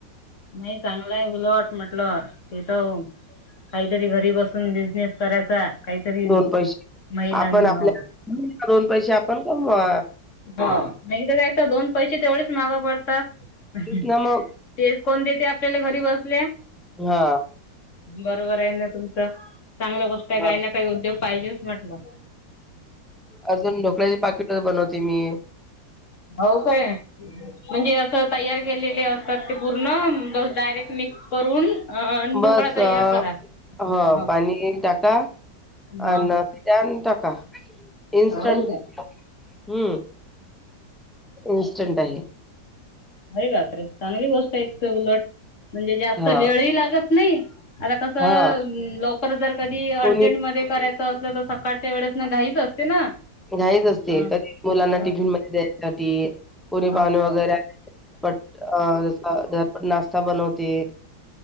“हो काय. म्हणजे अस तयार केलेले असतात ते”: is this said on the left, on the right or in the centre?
Left